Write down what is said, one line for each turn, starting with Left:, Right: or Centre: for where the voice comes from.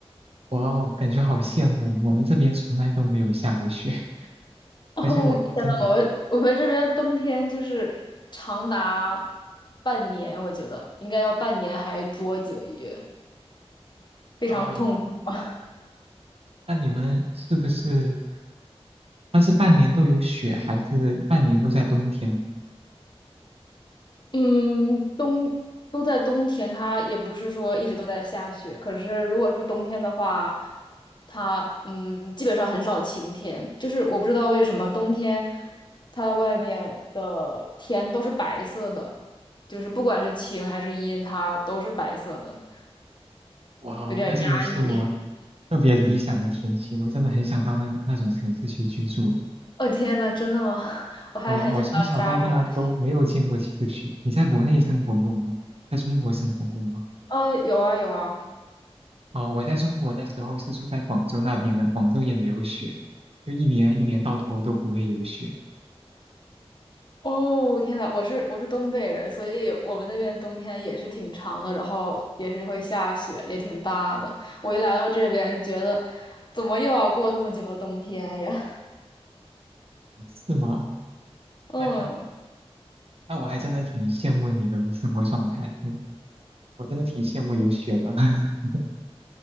Right: 哇哦，感觉好羡慕，我们这边从来都没有下过雪，<laughs>
Left: <laughs> 哦，
Right: 而且我我真的，
Left: 我天呐，我们我们这边冬天就是长达半年，我觉得应该要半年还多几个月，非常痛苦。
Right: 哦，那你们是不是，那是半年都有雪，还是半年都在冬天？
Left: 嗯，冬都在冬天，它也不是说一直都在下雪。可是如果是冬天的话，它嗯基本上很少晴天。就是我不知道为什么冬天它外面的天都是白色的，就是不管是晴还是阴，它都是白色的，
Right: 哇哦，
Left: 有点压抑。
Right: 那真的是我特别理想的天气，我真的很想到那那种城市去居住。
Left: <laughs> 哦天呐，真的吗？<laughs> 我还很想到加州去。
Right: 嗯，我从小到大都没有见过几次雪，你在国内生活过吗？在中国生活过吗？
Left: 呃，有啊有啊。
Right: 哦，我在中国的时候是住在广州那边的，广州也没有雪，就一年一年到头都不会有雪，
Left: 哦，天呐，我是我是东北人，所以我们那边冬天也是挺长的，然后也是会下雪，也挺大的。我一来到这边，觉得怎么又要过这么久的冬天呀？
Right: 是吗？
Left: <laughs> 嗯，
Right: 那看，那我还真的挺羡慕你的生活状态，嗯，我真的挺羡慕有雪的。<laughs>